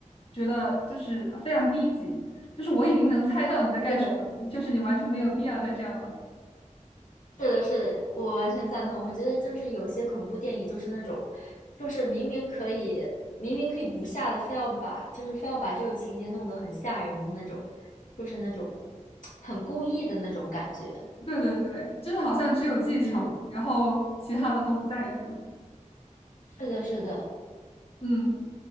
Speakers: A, on the left; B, on the left.
A: 觉得就是非常低级，就是我已经能猜到你在干什么，
B: 是的，
A: 就是你完全没有必要再这样了。
B: 是的，是的，我完全赞同。我觉得就是有些恐怖电影就是那种，就是明明可以，明明可以不吓的，非要把，就是非要把这个情节弄得很吓人的那种，就是那种很故意的那种感觉。
A: 对对对，就是好像只有技巧，
B: 嗯，
A: 然后其他的都不在意了。
B: 是的，是的，
A: 嗯，